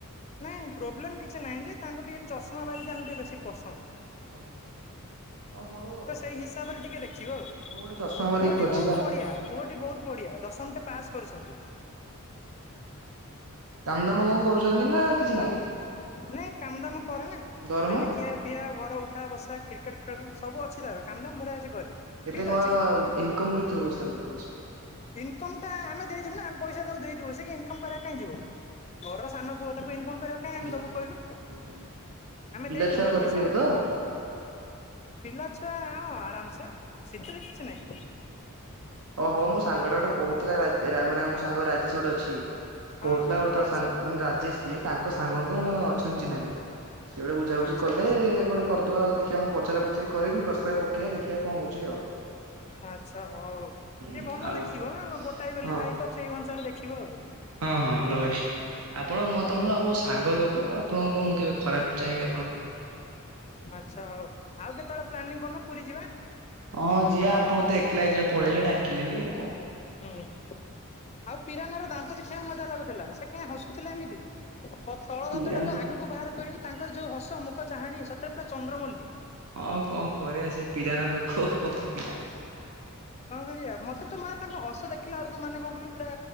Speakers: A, on the left; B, on the right.
A: ନାଇଁ ପ୍ରୋବ୍ଲେମ କିଛି ନାହିଁ ଯେ ତାଙ୍କୁ ଟିକେ ଚଷମା ବାଲି ତାଙ୍କୁ ଟିକେ ବେଶୀ ପସନ୍ଦ।
B: ଓହୋ ଓ ହଉ ଆଉ
A: ତ ସେଇ ହିସାବରେ ଟିକେ ଦେଖିବ ଆଉ
B: ହଉ ଗୋଟେ ଚଷମା ବାଲି
A: ପୁଅଟି
B: ଖୋଜିବା
A: ବହୁତ ବଢିଆ। ପୁଅଟି ବହୁତ ବଢ଼ିଆ ଦଶମଟେ ପାସ୍ କରୁଛନ୍ତି।
B: କାମ ଦାମ କଣ କରୁଛନ୍ତି ନା କିଛି ନାହିଁ
A: ନାଇଁ କାମ ଦାମ କରେ ନା
B: ଦରମା
A: ଡେଲି କିଆ ପିଆ ଘର ଉଠା ବସା କ୍ରିକେଟ୍ ଖେଳ ସବୁ ଅଛି ତାର କାମ ଦାମ ବଢ଼ିଆ ସେ କରେ।
B: କେତେ
A: ଫିଟ୍
B: କଣ
A: ଅଛି
B: ଇନକମ କେତେ ହଉଛି ତାଙ୍କର ମାସକୁ?
A: ଇନକମ୍ ଟା ଆମେ ଦେଇଦେବୁ ନା ଆମେ ପଇସା ତାଙ୍କୁ ଦେଇଦେବୁ ସେ କାଇଁ ଇନକମ କରିବା ପାଇଁ କାଇଁ ଯିବ ଘରର ସାନ ପୁଅ ତାକୁ ଇନକମ କରିବା କାଇଁ
B: ହୁଁ
A: ଆମେ ଦବୁ କହିଲୁ।
B: ହୁଁ ହୁଁ
A: ଆମେ
B: ପିଲା
A: ଦେଇଦୋବୁ
B: ଛୁଆ
A: ନା
B: କରିପାରିବ
A: ପଇସା।
B: ତ
A: ପିଲା ଛୁଆ ଆରାମସେ ସେଥିରେ କିଛି ନାହିଁ।
B: ଓହୋ ମୁଁ ସାଙ୍ଗଟା ଗୋଟେ କହୁଥିଲା ରାଜ ରା ମାନେ ମୋ ସାଙ୍ଗ ରାଜେଶ ଗୋଟେ ଅଛି। ସେ
A: ହଁ
B: କହୁଥିଲା
A: ହଁ
B: ଗୋଟେ
A: ହଁ
B: ତା
A: ଆଚ୍ଛା।
B: ସା ମାନେ ରାଜେଶ ଯିଏ ତାଙ୍କ ସାଙ୍ଗଙ୍କର ଅଛନ୍ତି ଚିହ୍ନାରେ। ସିଏ ଗୋଟେ ବୁଝାବୁଝି
A: ଆଚ୍ଛା
B: କଲେ
A: ଆଚ୍ଛା।
B: ଗୋଟେ କରି ଉ ଦେଖିବା ମୁଁ ପଚରା ପୁଚୁର କରିବି ପ୍ରସ୍ତାବ ପକେଇବା ଦେଖିବା କଣ ହଉଛି ଆଉ।
A: ଆଚ୍ଛା ହଉ ଟିକେ
B: ହୁଁ
A: ଭଲ
B: ଆଉ
A: ଦେଖିବ ଗୋଟାଏ ବୋଲି
B: ହଁ
A: ଭାଇ ତ ସେଇ ଅନୁସାରେ ଦେଖିବ ଆଉ।
B: ହଁ ହଁ ନୋ ଇସ୍ୟୁ ଆପଣ ମୋ ମତ ତମେ
A: ହଉ
B: ତ ଆମ ସ ସାଙ୍ଗ ଲୋକ ଆପଣଙ୍କ ମୁଁ କେବେ ଖରାପ ଚାହିଁବି ଆପଣଙ୍କର।
A: ଆଚ୍ଛା ହଉ ଆଉ କେତେବେଳେ ପ୍ଲାନିଂ କରୁନ ପୁରୀ ଯିବା।
B: ହଁ ଜିଆ ଆପଣ ତ ଏକଲା ଏକଲା ପଳେଇଲେ ଡାକିଲେନି ଆଉ କଣ କହି
A: ହୁଁ ଆଉ ପିରାନାର ଦାନ୍ତ ଦେଖିବାକୁ ମଜା ଲାଗୁଥିଲା ସେ କାହିଁ ହସୁଥିଲା ଏମିତି। ତ ତଳ
B: ପିରାନା।
A: ଦାନ୍ତ ଟାକୁ ଆଗକୁ ବାହାର କରିକି ତାଙ୍କର ଯୋଉ ହସ ମୁଖ ଚାହାଣୀ ସତରେ ପୁରା ଚନ୍ଦ୍ରମଲ୍ଲୀ।
B: ହଁ କଣ କରିବା ସେ ପିରାନା ଲୋକ ଆଉ କଣ କରିବା।
A: କଣ କରିବା ମୋତେ ତ ମା ତାଙ୍କ ହସ ଦେଖିଲା ବେଳକୁ ମାନେ କଣ କହିଲୁ ପୁରା